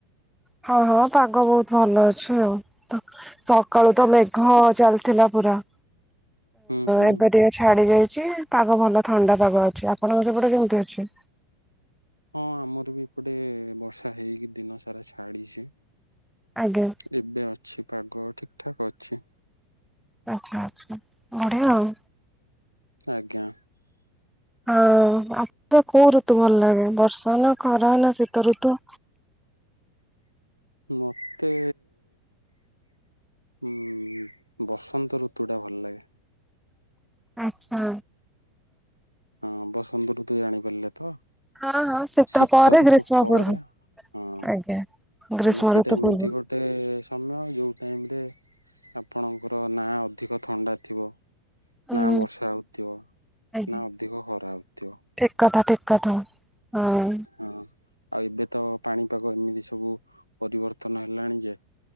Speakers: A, in the centre; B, on the left (about 85°).
A: ହଁ ହଁ ପାଗ ବହୁତ ଭଲ ଅଛି ଆଉ। <unintelligible> ସକାଳୁ ତ ମେଘ ଚାଲିଥିଲା ପୁରା।
B: ହୁଁ ହୁଁ
A: ଏବେ ଟିକେ ଛାଡି ଯାଇଛି ପାଗ ଭଲ ଥଣ୍ଡା ପାଗ ଅଛି ଆପଣଙ୍କ ସେପଟେ କେମିତି ଅଛି?
B: ହଁ ଆମର ବି ଏପଟେ ବର୍ଷା ହେଇକି ଦିନ ସାରା ଛାଡିଛି।
A: ଆଜ୍ଞା।
B: ଏବେ ଅଛି ପାଗ ଠିକ ଠାକ୍ ଅଛି।
A: ଆଚ୍ଛା ଆଚ୍ଛା ବଢିଆ ଆଉ।
B: ଆଜ୍ଞା।
A: ହଁ ଆପଣଙ୍କୁ କୋଉ ଋତୁ ଭଲ ଲାଗେ ବର୍ଷା, ନା ଖରା, ନା ଶୀତଋତୁ?
B: ମୋତେ। ହୁଁ ବସନ୍ତ ଋତୁ ଟା ଭଲ ଲାଗେ।
A: ଆଚ୍ଛା।
B: ହଁ ବସନ୍ତ ଋତୁ ଜାଣିପାରିଲେ ତ
A: ହଁ ହଁ
B: ଶୀତ
A: ପରେ
B: ଋତୁ
A: ଗ୍ରୀଷ୍ମ
B: ପରେ
A: ପୂର୍ବ
B: ହଁ
A: ଆଜ୍ଞା। ଗ୍ରୀଷ୍ମ
B: ମାନେ ସେଟା
A: ଋତୁ
B: ଏମିତି
A: ପୂର୍ବ
B: ଗୋଟେ ସମୟ ଯୋଉ ଟାଇମ ରେ ଆପଣଙ୍କର ନା ଅଧିକ ଥଣ୍ଡା ଥିବ
A: ହୁଁ
B: ନା ବର୍ଷା ହଉଥିବ
A: ଆଜ୍ଞା
B: ନା ଅଧିକ ଖରା ହଉଥିବ।
A: ଠିକ କଥା ଠିକ କଥା ହଁ
B: ହଁ ଆଉ ଏବେ ତ ପାଣିପାଗ ଏମିତି ସବୁ ପରିବର୍ତ୍ତନ ହେଲାଣି ଯେ